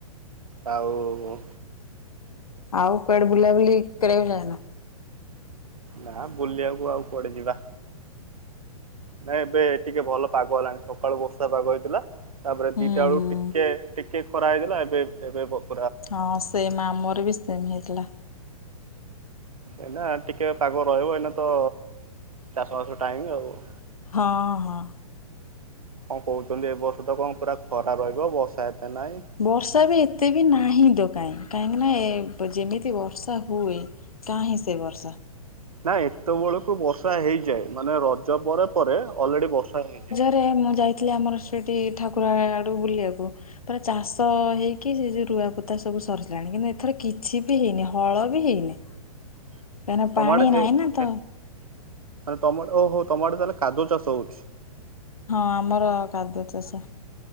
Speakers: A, on the right (about 70°); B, on the left (about 70°).
A: ଆଉ କଣ?
B: ଆଉ କୁଆଡେ ବୁଲାବୁଲି କରିବାକୁ ଯାଇନା?
A: ନା ବୁଲିବାକୁ ଆଉ କୁଆଡେ ଯିବା। ନାଇଁ ଏବେ ଟିକେ ଭଲ ପାଗ ହେଲାଣି ସକାଳୁ ବର୍ଷା ପାଗ ହେଇଥିଲା। ତାପରେ
B: ହୁଁ
A: ଦିଟା ବେଳୁ
B: ହୁଁ
A: ଟିକେ ଟିକେ ଖରା ହେଇଲା ଏବେ ଏବେ ପ
B: ହଁ ସେମ ଆମର ବି ସେମ ହେଇଥିଲା।
A: ଏଇନା ଟିକେ ପାଗ ରହିବ ଏଇନା ତ ଚାଷ ବାସ ଟାଇମ ଆଉ।
B: ହଁ ହଁ।
A: କଣ କହୁଛନ୍ତି ଏ ବର୍ଷ ତ କଣ ପୁରା ଖରା ରହିବ ବର୍ଷା ଏତେ ନାଇଁ।
B: ବର୍ଷା ବି ଏତେ ବି ନାହିଁ ତ କାଇଁ କାହିଁକିନା ଏ ଯେମିତି ବର୍ଷା ହୁଏ କାହିିଁ ସେ ବର୍ଷା।
A: ନା ଏତେବେଳକୁ ବର୍ଷା ହେଇଯାଏ ମାନେ ରଜ ପରେ ପରେ ଅଲରେଡ଼ି ବର୍ଷା ହେଇଯାଏ।
B: ଏବେ ମୁଁ ଯାଇଥିଲି ଆମର ସେଇଠି ଠାକୁର ଆଡୁ ବୁଲିବାକୁ। ତାଙ୍କର ଚାଷ ହେଇକି ସେ ଯଉ ରୁଆ ପୋତା ସବୁ ସରିଲାଣି କିନ୍ତୁ ଏଥର କିଛି ବି ହେଇନି ହଳ ବି ହେଇନି।
A: <inaudible>
B: କାହିଁକିନା
A: ତମଆଡେ
B: ପାଣି
A: ହେ
B: ନାହିଁ ନା ତ
A: ମାନେ ତମ ଓହୋ ତମଆଡେ ତାହାଲେ କାଦୁଅ ଚାଷ ହଉଛି।
B: ହଁ ଆମର କାଦୁଅ ଚାଷ।